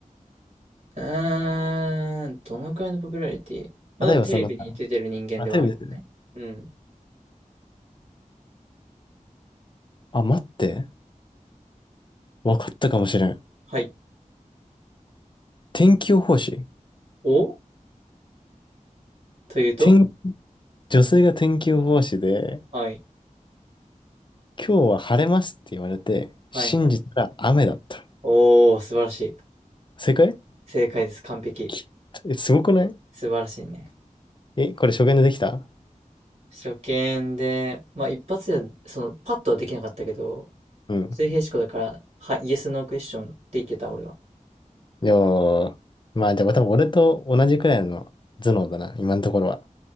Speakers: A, on the right; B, on the left.
A: うーん、どのくらいのポピュラリティまあでもテレビに出てる人間ではあるよね。
B: ィ例えばそのさ、あ、テレビ出てる。
A: うん。
B: あ、待って。わかったかもしれん。
A: はい。
B: 天気予報士。
A: おというと
B: 天、女性が天気予報士で、
A: はい。
B: 今日は晴れますって言われて、
A: はいはい。
B: 信じたら雨だった。
A: おー、素晴らしい。
B: 正解
A: 正解です。完璧。
B: きえ、すごくない
A: 素晴らしいね。
B: え、これ初見でできた
A: 初見で、まあ一発で、その、パッとはできなかったけど、
B: うん。
A: 水平思考だから、は、イエスのクエスチョンでいけた、俺は。
B: いやまあでも多分俺と同じくらいの頭脳だな、今のところは。